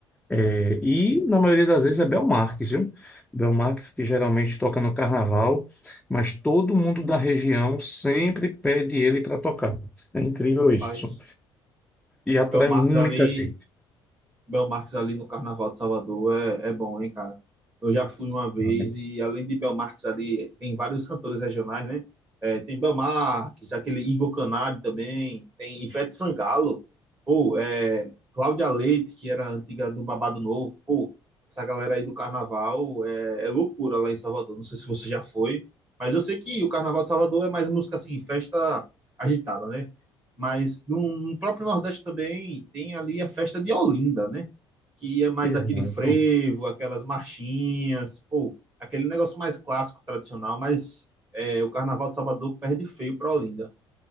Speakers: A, in the centre; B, on the right.
A: É, e na maioria das vezes é Belmarques, viu? Belmarques que geralmente toca no carnaval, mas todo mundo da região sempre pede ele para tocar. É incrível
B: Rapaz,
A: isso. E atrai
B: Bel Marques
A: muita
B: ali
A: gente.
B: Belmarques ali no Carnaval de Salvador é, é bom, hein, cara? Eu já fui uma vez
A: né?
B: e além de Belmarques ali, tem vários cantores regionais, né? É, tem Belmarques aquele Igor Canário também, tem Ivete Sangalo, pô, é, Cláudia Leite, que era antiga do Babado Novo, pô, essa galera aí do Carnaval é, é loucura lá em Salvador. Não sei se você já foi, mas eu sei que o Carnaval de Salvador é mais música assim, festa agitada, né? Mas no, no próprio Nordeste também tem ali a festa de Olinda, né? que é mais
A: Exato.
B: aquele frevo, aquelas marchinhas, ou aquele negócio mais clássico, tradicional, mas é, o Carnaval de Salvador perde feio para Olinda.